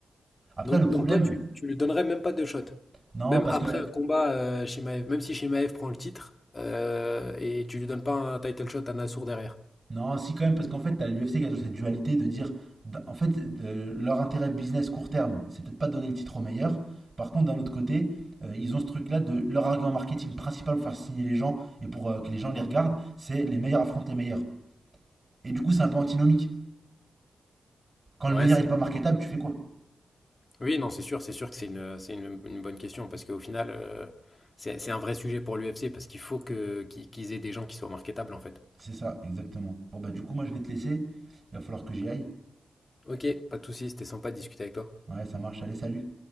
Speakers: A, on the right; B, on the left.
A: Après,
B: Donc,
A: le problème,
B: donc toi, tu, tu lui donnerais même pas de shot.
A: non,
B: Même
A: parce
B: après
A: que
B: un combat, euh, Shimaev, même si Shimaev prend le titre, euh, et tu lui donnes pas un title shot à Nassour derrière.
A: Non, si quand même, parce qu'en fait, t'as l'UFC qui a toujours cette dualité de dire, d- en fait, de- leur intérêt business court terme, c'est peut-être pas donner le titre au meilleur. Par contre, d'un autre côté, euh, ils ont ce truc-là de leur argument marketing principal pour faire signer les gens et pour euh, que les gens les regardent, c'est les meilleurs affrontent les meilleurs. Et du coup, c'est un peu antinomique. Quand
B: Ouais,
A: le meilleur
B: c'est
A: il est pas
B: pas
A: marketable,
B: faux. ouais.
A: tu fais quoi?
B: Oui, non, c'est sûr, c'est sûr que c'est une, c'est une, une bonne question, parce qu'au final, euh, c'est, c'est un vrai sujet pour l'UFC, parce qu'il faut que, qu'ils qu'ils aient des gens qui soient marketables, en fait.
A: C'est ça, exactement. Bon bah du coup, moi je vais te laisser. Il va falloir que j'y aille.
B: Ok, pas de soucis, c'était sympa de discuter avec toi.
A: Ouais, ça marche. Allez, salut.